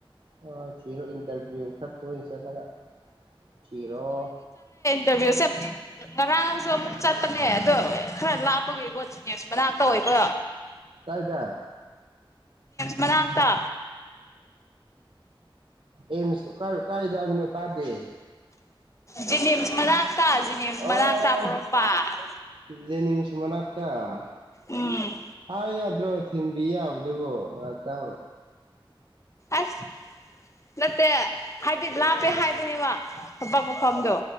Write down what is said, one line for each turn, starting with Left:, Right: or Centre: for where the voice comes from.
Right: ꯍ ꯊꯤꯔꯣ ꯏꯟꯇꯔꯚꯤꯌꯨ ꯈꯔ ꯇꯣꯏꯅ ꯆꯠꯂꯒ ꯊꯤꯔꯣ
Left: ꯇꯁꯦ ꯉꯔꯥꯡꯁꯨ ꯑꯃꯨꯛ ꯆꯠꯄꯅꯦ ꯑꯗꯣ ꯈꯔ ꯂꯥꯞꯄꯒꯤꯀꯣ ꯖꯤꯅꯤꯁ ꯃꯅꯥꯛꯇ ꯑꯣꯏꯕꯣ
Right: ꯀꯥꯏꯗ
Left: ꯃꯅꯥꯀ
Right: ꯑꯦꯝꯁ ꯑꯣꯀꯥꯏ ꯑꯣꯀꯥꯏꯗꯕꯅꯣ ꯇꯥꯔꯗꯤ
Left: ꯖꯤꯅꯤꯝꯁ ꯃꯅꯥꯛ ꯖꯤꯅꯤꯝꯁ
Right: ꯑꯣ
Left: ꯃꯅꯥꯛꯇ ꯄꯣꯔꯣꯝꯄꯥꯠ
Right: ꯖꯦꯅꯤꯝꯁ ꯃꯅꯥꯛꯇ
Left: ꯎꯝ
Right: ꯍ ꯌꯥ ꯊꯤꯟꯕꯤ ꯌꯥꯕꯗꯨꯕꯨ ꯉꯥꯏꯍꯥꯛꯇꯥꯡ
Left: ꯑꯁ ꯅꯠꯇꯦ ꯍꯥꯏꯗꯤ ꯂꯥꯞꯄꯦ ꯍꯥꯏꯕꯅꯦꯕ ꯊꯕꯛ ꯃꯐꯝꯗꯣ